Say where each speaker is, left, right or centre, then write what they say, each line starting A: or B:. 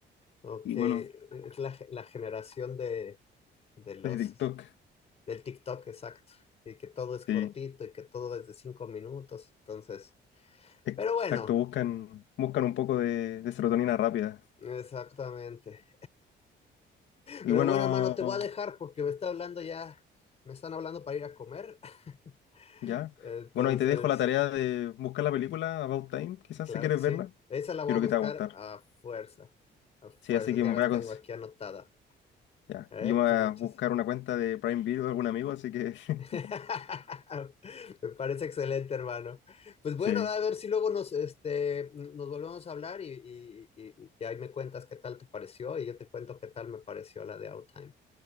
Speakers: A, on the left; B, on the left.
A: Ok,
B: Y bueno,
A: es la, ge- la generación de, de los,
B: desde TikTok. <laughs>
A: del TikTok, exacto. Y que todo es cortito
B: Sí,
A: y que todo es de cinco minutos, entonces.
B: exacto,
A: Pero bueno,
B: buscan, buscan un poco de, de serotonina rápida.
A: exactamente.
B: Y
A: Pero
B: bueno.
A: bueno, hermano, te voy a dejar porque me está hablando ya, me están hablando para ir a comer. <laughs>
B: Ya.
A: Entonces,
B: Bueno, ahí te dejo la tarea de buscar la película About Time, quizás
A: claro
B: si quieres
A: que sí.
B: verla. Yo
A: Esa la voy
B: creo
A: a buscar
B: que te va a gustar.
A: a fuerza, a fuerzas,
B: Sí, así que
A: ya
B: me
A: las
B: voy a
A: tengo
B: cons-
A: aquí anotada.
B: Ya.
A: ¿Eh?
B: Y yo me voy
A: Pues
B: a
A: muchas.
B: buscar una cuenta de Prime Video de algún amigo, así que <laughs>
A: <laughs> Me parece excelente, hermano. Pues bueno,
B: sí.
A: a ver si luego nos, este, nos volvemos a hablar y, y- y- y ahí me cuentas qué tal te pareció y yo te cuento qué tal me pareció la de Outtime.